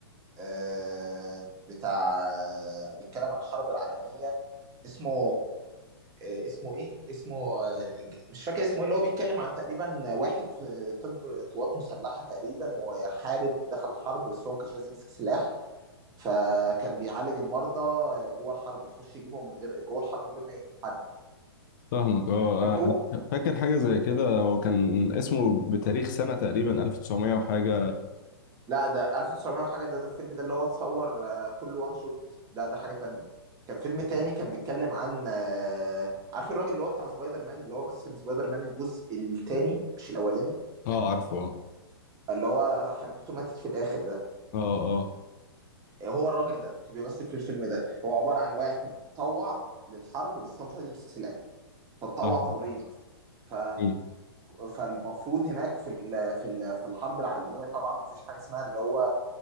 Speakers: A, on the right; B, on the left.
A: آه، بتاع بيتكلم عن الحرب العالميه اسمه آه، اسمه ايه اسمه آه، ج- مش فاكر اسمه ايه اللي هو بيتكلم عن تقريبا واحد في طب قوات مسلحة تقريبا وحارب دخل الحرب بس هو ما كانش عايز يمسك سلاح فكان بيعالج المرضى جوه الحرب يخش يجيبهم من غير جوه الحرب من غير ما يقتل حد
B: فاهمك اه
A: فاكره؟
B: آه.
A: اه
B: فاكر حاجه زي كده هو كان اسمه بتاريخ سنه تقريبا 1900 وحاجه
A: لا ده 1900 وحاجة ده ده الفيلم ده اللي هو اتصور آه، كله وان شوت ده ده حاجة تانية كان فيلم تاني كان بيتكلم عن آه، عارف الراجل اللي هو بتاع سبايدر مان اللي هو مثل سبايدر مان الجزء التاني مش الأولاني
B: اه عارفه اه
A: اللي هو حبيبته ماتت في الاخر ده
B: اه اه
A: هو الراجل ده كان بيمثل في الفيلم ده هو عباره عن واحد اتطوع للحرب بس هو مش عايز يمسك سلاح فاتطوع
B: فاهم
A: تمريض ف...
B: إيه.
A: فالمفروض هناك في ال... في ال... في الحرب العالميه طبعا مفيش حاجه اسمها اللي هو